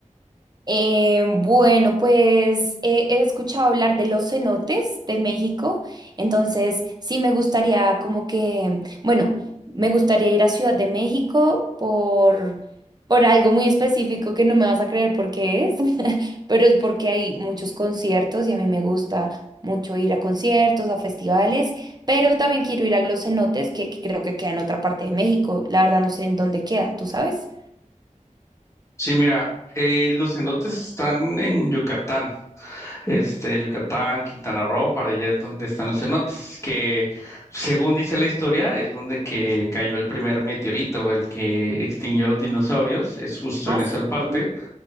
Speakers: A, on the right; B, on the left.
A: Eh, bueno, pues eh, he escuchado hablar de los cenotes de México, entonces sí me gustaría como que, bueno, me gustaría ir a Ciudad de México por, por algo muy específico que no me vas a creer por qué es, <laughs> pero es porque hay muchos conciertos y a mí me gusta mucho ir a conciertos, a festivales, pero también quiero ir a los cenotes que, que creo que queda en otra parte de México, la verdad no sé en dónde queda, ¿tú sabes?
B: Sí, mira, eh, los cenotes están en Yucatán. este, Yucatán, Quintana Roo, para allá es donde están los cenotes, que según dice la historia, es donde que cayó el primer meteorito, el que extinguió a los dinosaurios, es justo
A: Ah,
B: en esa parte.
A: sí.